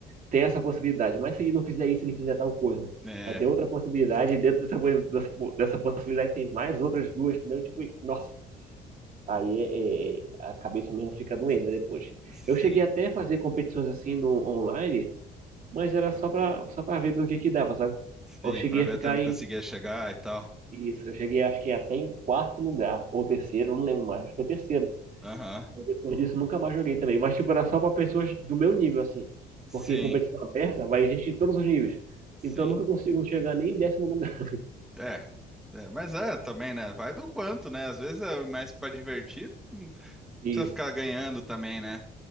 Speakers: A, on the right (about 50°); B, in the centre.
A: tem essa possibilidade, mas se ele não fizer isso, ele fizer tal coisa.
B: É,
A: Aí tem outra possibilidade, e dentro dessa, pos- dessa, po- dessa possibilidade tem mais outras duas, entendeu? Tipo, nossa, aí é- é- a cabeça mesmo fica doendo depois.
B: sim,
A: Eu cheguei até a fazer competições assim no online, mas era só pra, só pra ver mesmo o que que dava, sabe?
B: sim,
A: Eu cheguei
B: pra ver
A: a ficar
B: até onde
A: em,
B: conseguia chegar e tal.
A: isso, eu cheguei acho que até em quarto lugar, ou terceiro, não lembro mais, acho que foi terceiro.
B: Aham,
A: Depois disso, nunca mais joguei também. Mas, tipo, era só pra pessoas do meu nível, assim.
B: Sim,
A: Porque competição aberta vai gente de todos os níveis.
B: sim.
A: Então, eu nunca consigo chegar nem em décimo lugar.
B: É, é, mas é também, né? Vai do quanto, né? Às vezes é mais pra divertir, não
A: <laughs> Isso.
B: precisa ficar ganhando também, né?